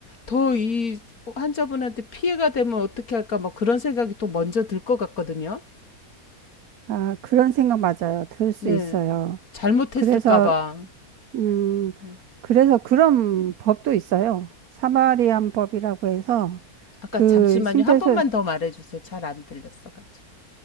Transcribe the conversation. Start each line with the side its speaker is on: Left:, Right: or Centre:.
Left: 더 이 환자분한테 피해가 되면 어떻게 할까 막 그런 생각이 또 먼저 들 것 같거든요.
Right: 아, 그런 생각 맞아요. 들 수
Left: 네.
Right: 있어요.
Left: 잘못했을까
Right: 그래서,
Left: 봐.
Right: 음,
Left: 음.
Right: 그래서 그런 법도 있어요. 사마리안 법이라고 해서
Left: 아까
Right: 그
Left: 잠시만요.
Right: 심폐소,
Left: 한 번만 더 말해 주세요. 잘 안 들렸어 가지고.